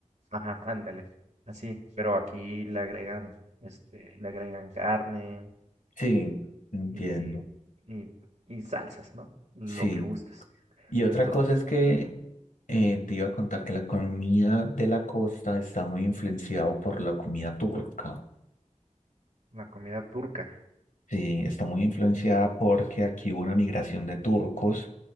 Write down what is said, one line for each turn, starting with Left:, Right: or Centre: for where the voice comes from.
Right: Ajá, ándale, así, pero aquí le agregan, este, le agregan carne
Left: Sí, entiendo.
Right: y, y, y salsas, ¿no? Lo
Left: Sí.
Right: que gustes.
Left: Y otra
Right: Entonces,
Left: cosa es que
Right: ujú,
Left: eh, te iba a contar que la comida de la costa está muy influenciada por la comida turca.
Right: la comida turca,
Left: Sí, está muy influenciada porque aquí hubo una migración de turcos